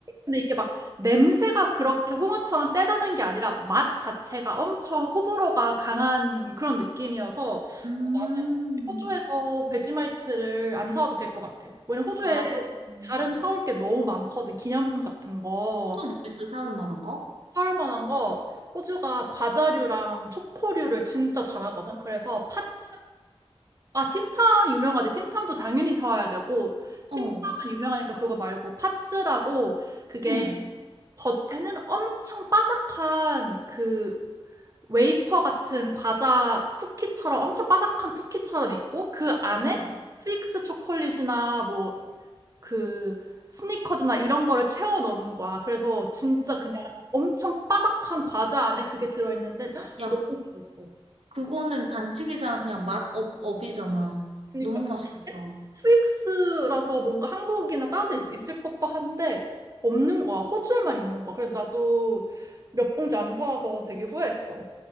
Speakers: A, on the right (about 35°); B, on the right (about 80°).
A: 근데 이게 막 냄새가 그렇게 홍어처럼 세다는 게 아니라 맛 자체가 엄청 호불호가 강한 그런 느낌이어서
B: 음.
A: 어, 나는 호주에서 베지마이트를 안 사와도 될 것 같아. 왜냐면 호주에
B: 아, 그렇구나.
A: 다른 사올 게 너무 많거든. 기념품 같은 거.
B: 또 뭐 있어? 사올 만한 거?
A: 사올 만한 거 호주가 과자류랑 초코류를 진짜 잘하거든. 그래서 팥, 아, 틴탐 유명하지. 틴탐도 당연히 사와야 되고 틴탐은
B: 어.
A: 유명하니까 그거 말고 팥즈라고 그게
B: 응.
A: 겉에는 엄청 바삭한 그 웨이퍼 같은 과자 쿠키처럼 엄청 바삭한 쿠키처럼 있고 그 안에
B: 어.
A: 트윅스 초콜릿이나 뭐 그 스니커즈나 이런 거를 채워 넣는 거야. 그래서 진짜 그냥 엄청 바삭한 과자 안에 그게 들어있는데
B: 야,
A: 너무 맛있어.
B: 그거는 반칙이잖아. 그냥 맛 업, 업이잖아.
A: 그러니까
B: 너무 맛있겠다.
A: 트윅스라서 뭔가 한국이나 다른 데 있- 을 법한데 없는 거야. 호주에만 있는 거야. 그래서 나도 몇 봉지 안 사와서 되게 후회했어.